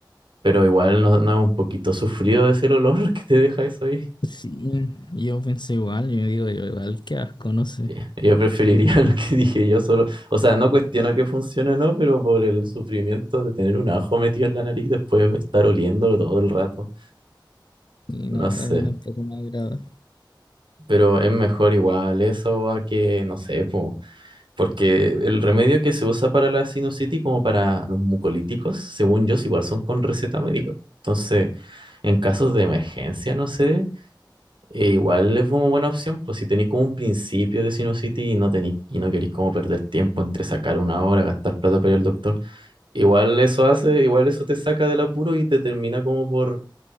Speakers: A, on the right; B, on the left.
A: Pero igual no, no es un poquito sufrido es el olor <laughs> que te deja eso ahí.
B: Sí, yo pensé igual, yo digo, yo igual, qué asco, no sé.
A: Yeah. Yo preferiría <laughs> lo que dije yo solo. O sea, no cuestiono que funcione o no, pero por el sufrimiento de tener un ajo metido en la nariz, después de estar oliéndolo todo el rato.
B: Y
A: No
B: no,
A: sé.
B: a mí tampoco me agrada.
A: Pero es mejor igual eso a que, no sé, pues. Porque el remedio que se usa para la sinusitis, como para los mucolíticos, según yo, igual son con receta médica. Entonces, en casos de emergencia, no sé, eh, igual es una buena opción, pues si tenéis como un principio de sinusitis y no tenéis, y no queréis como perder tiempo entre sacar una hora, gastar plata para ir al doctor, igual eso hace, igual eso te saca del apuro y te termina como por,